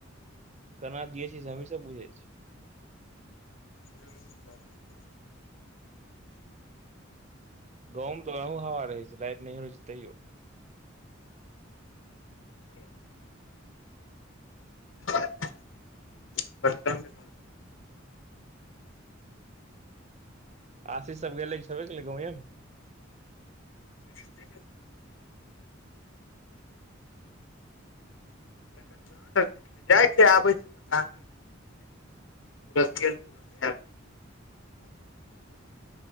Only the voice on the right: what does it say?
केना जियय छी से हमही सब बुझै छीयय
गाउमे तऽ ओनाहू हवा रहैत छै लाइट नहि हो रहै छै तैयो
आशीश सब गेले छबे केले गावेमे